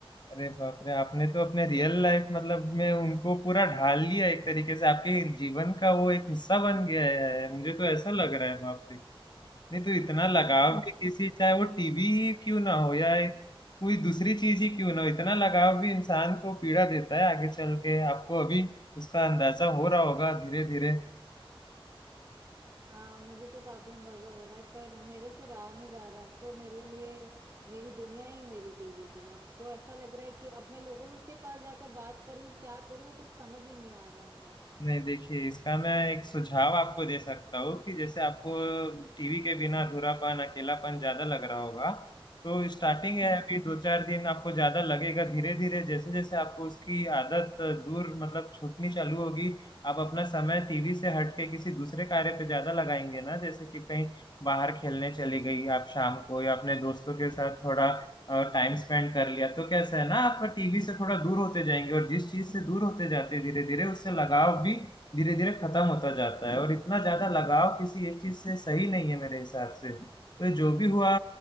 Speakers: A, on the left; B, on the right.
A: अरे बाप रे आपने तो अपने रियल लाइफ मतलब में उनको पूरा ढाल लिया एक तरीके से आपके जीवन का वो एक हिस्सा बन गया है मुझे तो ऐसा लग रहा है बाप रे। नहीं तो इतना लगाव
B: नहीं नहीं
A: भी किसी चाहे वो टीबी ही क्यों ना हो या एक- कोई दूसरी चीज ही क्यों ना हो इतना लगाव भी इंसान को पीड़ा देता है आगे चल के आपको अभी उसका अंदाजा हो रहा होगा धीरे धीरे
B: हाँ मुझे तो काफी अंदाजा हो रहा है पर मेरे से रहा नहीं जा रहा अब तो मेरे लिए मेरी दुनिया ही मेरी टीवी थी अब तो ऐसा लग रहा है कि अब मैं लोगों के पास जाकर बात करूं क्या करूं कुछ समझ ही नहीं आ रहा मुझे
A: नहीं देखिए इसका मैं एक सुझाव आपको दे सकता हूँ कि जैसे आपको टीवी के बिना अधूरापन अकेलापन ज्यादा लग रहा होगा तो स्टार्टिंग
B: जी
A: है अभी दो चार दिन आपको ज्यादा लगेगा धीरे धीरे जैसे जैसे आपको उसकी आदत दूर मतलब छूटनी चालू होगी आप अपना समय टीवी से हट के किसी दूसरे कार्य पे ज्यादा लगाएंगे ना जैसे कि कहीं बाहर खेलने चली गई आप शाम को या अपने दोस्तों के साथ थोड़ा टाइम स्पेंड कर लिया तो कैसा है ना आप टीवी से थोड़ा दूर होते जाएंगे और जिस चीज से दूर होते जाते हैं धीरे धीरे उससे लगाव भी धीरे धीरे खत्म होता जाता है और इतना ज्यादा लगाव किसी एक चीज से सही नहीं है मेरे हिसाब से तो जो भी हुआ